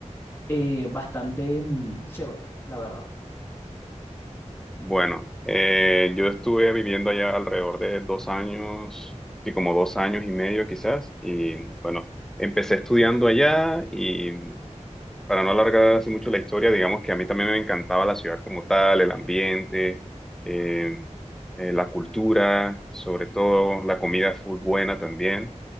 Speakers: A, on the left; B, in the centre.
A: eh, bastante mm, chévere, la verdad.
B: Bueno, eh, yo estuve viviendo allá alrededor de dos años, sí, como dos años y medio quizás, y bueno, empecé estudiando allá y para no alargar así mucho la historia, digamos que a mí también me encantaba la ciudad como tal, el ambiente, eh, eh, la cultura, sobre todo la comida full buena también.